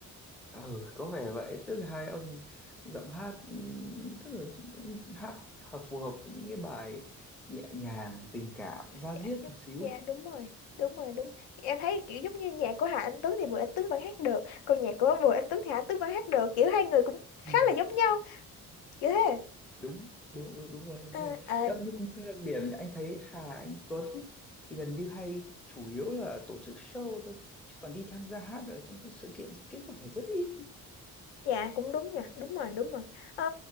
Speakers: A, in the centre; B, on the left.
A: Ừ có vẻ vậy tức là hai ông giọng hát ừm, tức là cũng hát hợp phù hợp với những cái bài nhẹ nhàng tình cảm da
B: dạ
A: diết
B: đúng
A: một xíu.
B: dạ đúng rồi đúng rồi đúng em thấy kiểu giống như nhạc của Hà Anh Tuấn thì Bùi Anh Tuấn vẫn hát được còn nhạc của Bùi Anh Tuấn thì Hà Anh Tuấn vẫn hát được kiểu hai người cũng khá
A: Ừ.
B: là giống nhau kiểu thế
A: đúng đúng đúng đúng rồi đúng
B: À,
A: rồi
B: à,
A: em như cũng cái đặc điểm anh thấy Hà Anh Tuấn ấy, thì gần như hay chủ yếu là tổ chức show thôi chứ còn đi tham gia hát ở trong các sự kiện sự kiện cũng phải rất ít
B: dạ cũng đúng nhỉ đúng rồi đúng rồi Ờ,